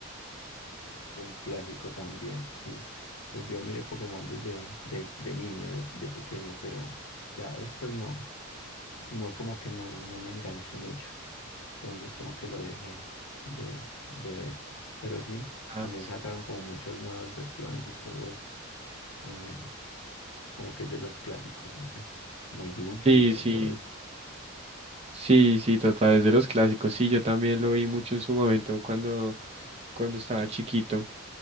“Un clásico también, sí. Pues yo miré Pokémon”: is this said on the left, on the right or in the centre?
Left